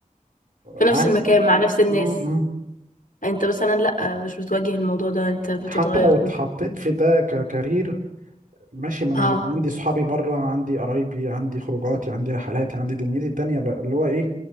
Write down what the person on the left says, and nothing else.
في نفس
المكان مع نفس الناس
انت مثلا لا مش بتواجه الموضوع ده انت بتتغير
كده
اه